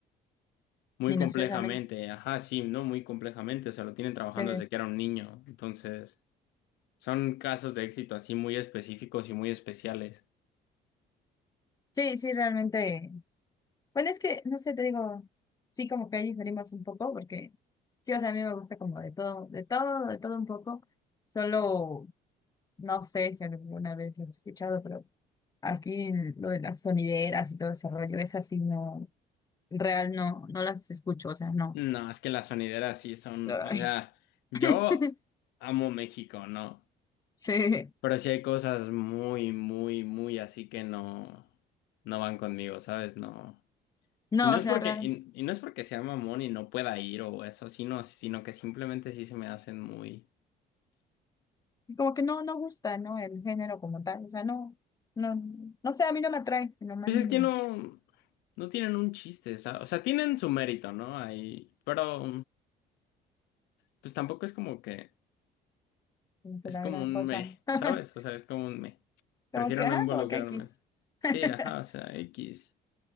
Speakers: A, on the left (about 85°); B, on the left (about 20°).
A: muy
B: Minuciosamente.
A: complejamente. Ajá, sí, ¿no? Muy complejamente. O sea, lo tienen trabajando
B: Sí.
A: desde que era un niño. Entonces, son casos de éxito así muy específicos y muy especiales.
B: Sí, sí, realmente. Bueno, es que, no sé, te digo, sí como que ahí diferimos un poco, porque sí, o sea, a mí me gusta como de todo, de todo, de todo un poco. Solo, no sé si alguna vez lo he escuchado, pero aquí lo de las sonideras y todo ese rollo, es así, no, en real, no, no las escucho, o sea, no.
A: No, es que las sonideras sí son,
B: Ay,
A: o sea, yo
B: <laughs>
A: amo México, ¿no?
B: sí,
A: Pero sí hay cosas muy, muy, muy así que no, no van conmigo, ¿sabes? No.
B: no,
A: Y no
B: o
A: es
B: sea,
A: porque,
B: real,
A: y, y no es porque sea mamón y no pueda ir o eso, sino, sino que simplemente sí se me hacen muy.
B: como que no, no gusta, ¿no? El género como tal, o sea, no, no, no sé, a mí no me atrae, en lo más
A: Pues
B: mínimo,
A: es que no, no tienen un chiste, ¿sabes? O sea, tienen su mérito, ¿no? Ahí, pero pues tampoco es como que,
B: como que
A: es
B: la
A: como
B: gran
A: un
B: cosa.
A: me,
B: <laughs>
A: ¿sabes? O sea, es como un me. Prefiero
B: Como que,
A: no
B: ah
A: involucrarme.
B: como que X.
A: Sí,
B: <laughs>
A: ajá, o sea, X.